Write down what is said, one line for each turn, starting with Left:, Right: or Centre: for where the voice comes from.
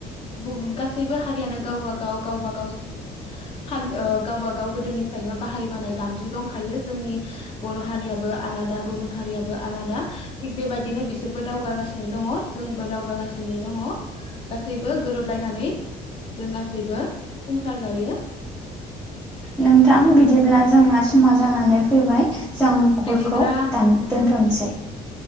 Left: बुम गासैबो हारियानो गावबा गाव गावबा गाव ओ फा गावबा गाव गोदोनिफ्रायनो बाहायबोनाय दामजु दंखायो जोंनि बर' हारियाबो आलादा गुबुन हारियाबो आलादा थिग बेबायदिनो बिसोरबो दावगागासिनो नो दङ जोंबो दावगागासिनो दङ गासैबो गोरोबलायनानै जों गासैबो संसार जायो।
Centre: नोंथां बिदिब्ला जोंना समा जानानै फैबाय। जों कलखौ
Left: बिदिब्ला
Centre: दान दोनथ'नोसै